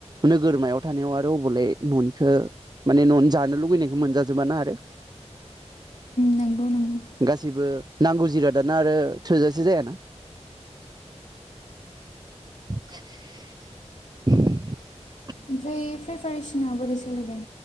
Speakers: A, on the right; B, on the left.
A: नोगोरमायाव थानायाव आरो बबले न'निखौ मनि जानो लुुबैनायखौ मोनजाजोबाना आरो
B: नंगौ नंगौ
A: गासैबो नांगौ जिरादाना आरो थोजासे जायाना <unintelligible> <unintelligible>
B: ओमफ्राय प्रिपारेसन सिना बोरै सोलिदों